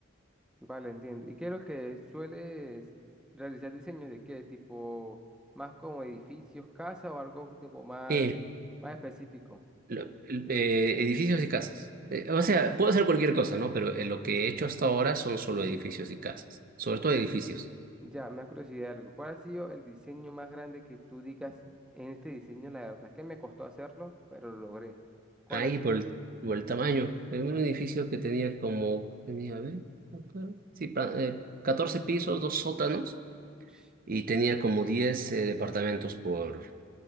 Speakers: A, in the centre; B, on the right.
A: Vale, entiendo. ¿Y qué es lo que sueles realizar diseños de qué tipo, más como edificios, casa o algo tipo más,
B: Eh,
A: más específico?
B: lo- el- eh, edificios y casas. Eh, o sea, puedo hacer cualquier cosa, ¿no? Pero eh, lo que he hecho hasta ahora son solo edificios y casas, sobre
A: ¿Y
B: todo edificios.
A: Ya, me ha curiosidad algo. ¿Cuál ha sido el diseño más grande que tú digas en este diseño? La verdad que me costó hacerlo, pero lo logré. ¿Cuál
B: Ahí
A: ha sido?
B: por el, por el tamaño, en un edificio que tenía como, tenía, a ver, acá, sí, pa- eh, 14 pisos, dos sótanos,
A: Ush,
B: y tenía como 10 eh, departamentos por,